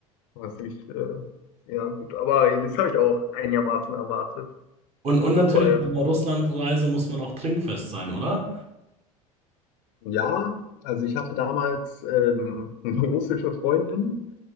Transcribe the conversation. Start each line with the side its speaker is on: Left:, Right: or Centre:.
Left: Was nicht, äh, ja, gut. Aber das habe ich auch einigermaßen erwartet.
Right: Und, und natürlich
Left: Das war ja.
Right: bei einer Russlandreise muss man auch trinkfest sein, oder?
Left: Ja, also ich hatte damals ähm, eine russische Freundin